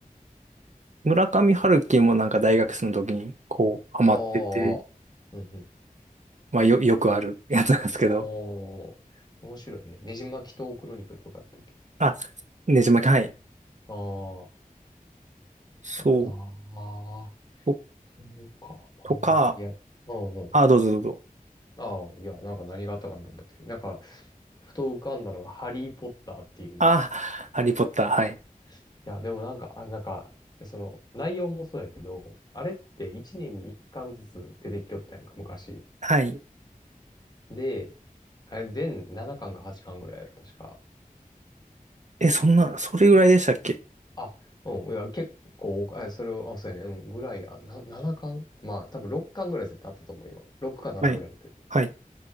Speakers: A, on the right (about 55°); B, on the left (about 30°).
A: 村上春樹もなんか大学生の時にこう、ハマってて、
B: ああ。うんうん。
A: まあよ、よくある <laughs> やつなんですけど、
B: おー。面白いね。ねじ巻きとクロニクルとかやったっけ
A: あ、ねじ巻き、はい。
B: ああー、
A: そう、
B: そうやなあ。
A: と、
B: そうか、漫画か。
A: とか、
B: いや、うんうん。
A: あ、どうぞどうぞ。
B: ああ、いや、なんか何があったかなと思って。なんか、ふと浮かんだのが、ハリー・ポッターっていう。
A: あ、ハリーポッター、はい。
B: いや、でもなんか、あ、なんか、いやその、内容もそうやけど、あれって1年に1巻ずつ出てきよったやんか、昔。
A: はい。
B: で、あれ、全7巻か8巻ぐらいやろ、確か。
A: え、そんな、それぐらいでしたっけ
B: あ、うん、いや、結構、えそれを、あ、そうやね、うん、ぐらい、あ、な、7巻まあ、多分6巻ぐらい絶対あったと思うよ。6か7ぐらいやってて。
A: はい。はい。